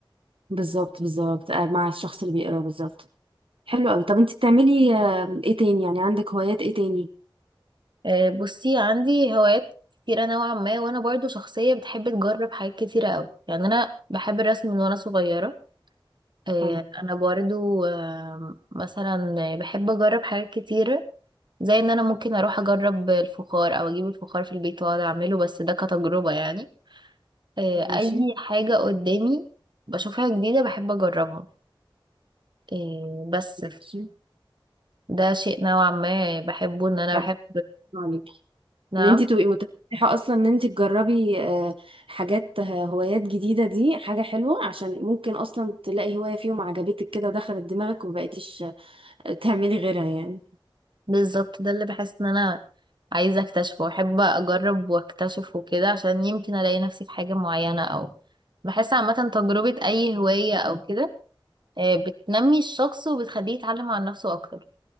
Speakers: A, on the right; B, on the right.
A: بالظبط بالظبط آه، مع الشخص اللي بيقرا بالظبط حلو قوي طب انت بتعملي آه، ايه تاني يعني عندك هوايات ايه تاني
B: آه، بصي عندي هوايات كتيرة نوعا ما وأنا برضو شخصية بتحب تجرب حاجات كتيرة أوي يعني أنا بحب الرسم من وأنا صغيرة آه،
A: حلو
B: أنا برضو آه، مثلا بحب أجرب حاجات كتيرة زي إن أنا ممكن أروح أجرب الفخار أو أجيب الفخار في البيت وأقعد أعمله بس ده كتجربة يعني آه،
A: ماشي
B: اي حاجة قدامي بشوفها جديدة بحب اجربها آه، بس
A: ماشي
B: فده شيء نوعا ما بحبه ان انا
A: طب
B: بحب
A: عليك
B: نعم
A: ان انت تبقي متفتحة اصلا ان انت تجربي آه، حاجات آه، هوايات جديدة دي حاجة حلوة عشان ممكن اصلا تلاقي هواية فيهم عجبتك كده ودخلت دماغك ومبقيتيش آه، تعملي غيرها يعني
B: بالظبط ده اللي بحس ان انا عايزة اكتشفه واحب اجرب واكتشف وكده عشان يمكن الاقي نفسي في حاجة معينة او بحس عامة تجربة اي هواية او كده آه، بتنمي الشخص وبتخليه يتعلم عن نفسه اكتر